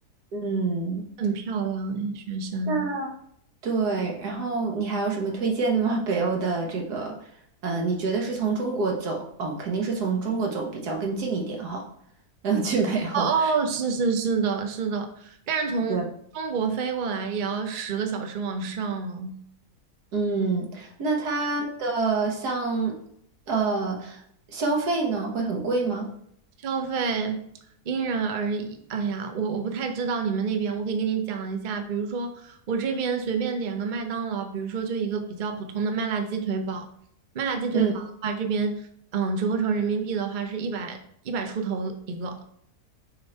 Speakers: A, on the right (about 85°); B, on the right (about 40°).
A: 嗯，
B: 很漂亮哎，雪山。
A: 那对，然后你还有什么推荐的吗？<laughs> 北欧的这个，嗯、你觉得是从中国走，哦，肯定是从中国走比较更近一点哈，嗯，去北欧。
B: 哦哦，是是是的，是的，但是从中国飞过来也要十个小时往上了，
A: 对。嗯，那它的像呃消费呢会很贵吗？
B: 消费因人而异。哎呀，我我不太知道你们那边，我可以跟你讲一下，比如说我这边随便点个麦当劳，比如说就一个比较普通的麦辣鸡腿堡，麦辣鸡腿堡的话，
A: 嗯
B: 这边嗯折合成人民币的话是一百一百出头一个。